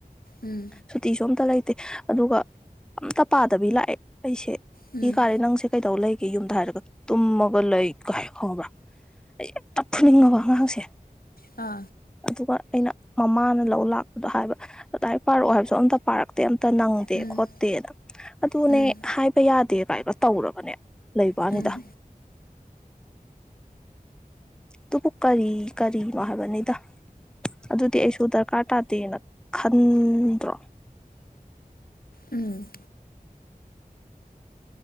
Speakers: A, on the left (about 75°); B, in the centre.
A: ꯎꯝ
B: ꯁꯨꯇꯤꯁꯨ ꯑꯝꯇ ꯂꯩꯇꯦ ꯑꯗꯨꯒ ꯑꯝꯇ ꯄꯥꯗꯕꯤ ꯂꯥꯛꯑꯦ ꯑꯩꯁꯦ
A: ꯎꯝ
B: ꯏꯀꯥꯔꯦ ꯅꯪꯁꯦ ꯀꯩꯗꯧ ꯂꯩꯒꯦ ꯌꯨꯝꯗ ꯍꯥꯏꯔꯒ ꯇꯨꯝꯃꯒ ꯂꯩ ꯀ ꯍꯥꯏ ꯈꯪꯕ꯭ꯔꯥ ꯑꯩ ꯑꯝꯇ ꯐꯨꯅꯤꯡꯉꯕ ꯑꯉꯥꯡꯁꯦ
A: ꯑꯥ
B: ꯑꯗꯨꯒ ꯑꯩꯅ ꯃꯃꯥꯅ ꯂꯧ ꯂꯥꯛꯄꯗꯣ ꯍꯥꯏꯕ ꯑꯗꯥꯢ ꯄꯥꯔꯛꯑꯣ ꯍꯥꯏꯕꯁꯨ ꯑꯝꯇ ꯄꯥꯔꯛꯇꯦ ꯑꯝ ꯇ ꯅꯪꯗꯦ
A: ꯎꯝ
B: ꯈꯣꯠꯇꯦꯅ ꯑꯗꯨꯅꯦ
A: ꯎꯝ
B: ꯍꯥꯏꯕ ꯌꯥꯗꯦ ꯚꯥꯏꯕ ꯇꯧꯔꯒꯅꯦ ꯂꯩꯕ ꯋꯥꯅꯤꯗ
A: ꯎꯝ
B: ꯑꯗꯨꯕꯨ ꯀꯔꯤ ꯀꯔꯤꯅꯣ ꯍꯥꯏꯕꯅꯤꯗ ꯑꯗꯨꯗꯤ ꯑꯩꯁꯨ ꯗꯔꯀꯥꯔ ꯇꯥꯗꯦꯅ ꯈꯟꯗ꯭ꯔꯣ
A: ꯎꯝ